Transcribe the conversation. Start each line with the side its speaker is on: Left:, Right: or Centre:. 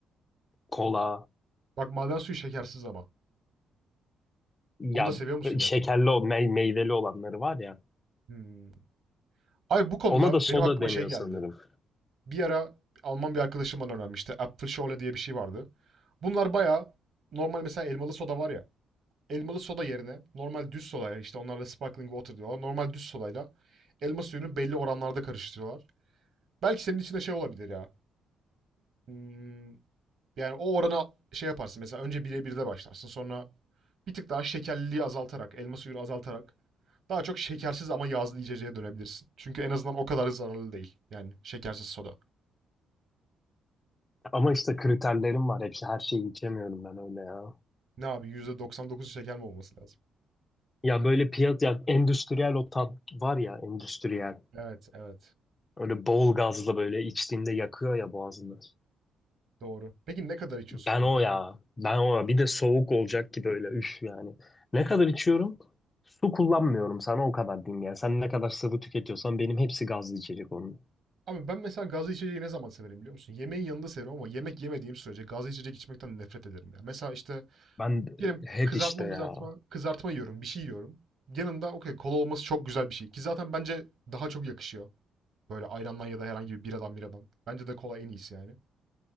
Left: kola
Right: Bak maden suyu şekersiz ama.
Left: Ya
Right: Onu da seviyor musun gerçekten?
Left: şekerli o mey- meyveli olanları var ya.
Right: Hmm. Ay bu konuda
Left: Ona da soda
Right: benim aklıma
Left: deniyor
Right: şey geldi.
Left: sanırım.
Right: Bir ara Alman bir arkadaşım bana öğrenmişti. Apfelschorle diye bir şey vardı. Bunlar bayağı normal mesela elmalı soda var ya. Elmalı soda yerine normal düz sodayla işte onlarla sparkling water diyorlar. Normal düz sodayla elma suyunu belli oranlarda karıştırıyorlar. Belki senin için de şey olabilir ya. Hımm, yani, o orana şey yaparsın mesela önce 1'e 1'de başlarsın. Sonra bir tık daha şekerliliği azaltarak, elma suyunu azaltarak daha çok şekersiz ama yağlı içeceğe dönebilirsin. Çünkü en azından o kadar zararlı değil. Yani şekersiz soda.
Left: Ama işte kriterlerim var hepsi. Her şeyi içemiyorum ben öyle ya.
Right: Ne abi %99'u şeker mi olması lazım?
Left: Ya böyle piyaz ya endüstriyel o tat var ya endüstriyel.
Right: Evet, evet.
Left: Öyle bol gazlı böyle içtiğinde yakıyor ya boğazını.
Right: Doğru. Peki ne kadar içiyorsun
Left: Ben
Right: günde?
Left: o ya. Ben o ya. Bir de soğuk olacak ki böyle üf yani. Ne kadar içiyorum? Su kullanmıyorum sana o kadar diyeyim yani. Sen ne kadar sıvı tüketiyorsan benim hepsi gazlı içecek onun.
Right: Abi ben mesela gazlı içeceği ne zaman severim biliyor musun? Yemeğin yanında severim ama yemek yemediğim sürece gazlı içecek içmekten nefret ederim ya. Mesela, işte,
Left: Ben
Right: Diyelim
Left: e, hep
Right: kızartma
Left: işte ya.
Right: mızartma, kızartma yiyorum, bir şey yiyorum. Yanında okay, kola olması çok güzel bir şey ki zaten bence daha çok yakışıyor. Böyle ayrandan ya da herhangi bir biradan biradan. Bence de kola en iyisi yani.